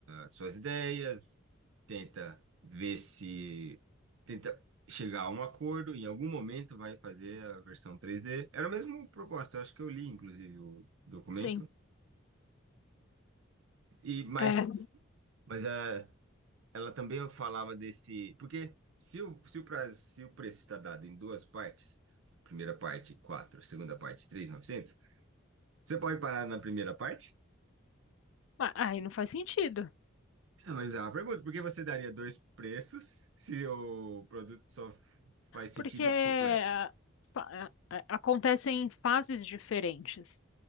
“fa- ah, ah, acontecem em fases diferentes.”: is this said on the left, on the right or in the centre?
Left